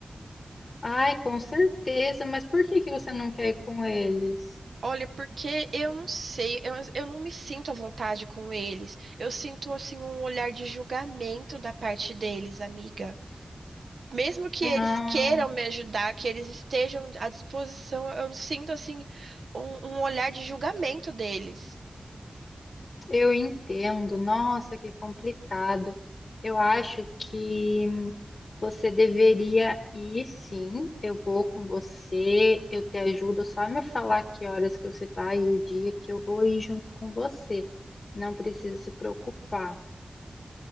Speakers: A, on the left; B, on the right.
A: Ai, com certeza, mas por que que você não quer ir com eles?
B: Olha, porque eu não sei, eu, eu não me sinto à vontade com eles. Eu sinto assim um olhar de julgamento da parte deles, amiga. mesmo que
A: Ah.
B: eles queiram me ajudar, que eles estejam à disposição, eu sinto assim um, um olhar de julgamento deles.
A: Eu entendo. Nossa, que complicado. Eu acho que você deveria ir, sim. Eu vou com você, eu te ajudo. Só me falar que horas que você vai e o dia que eu vou ir junto com você. Não precisa se preocupar.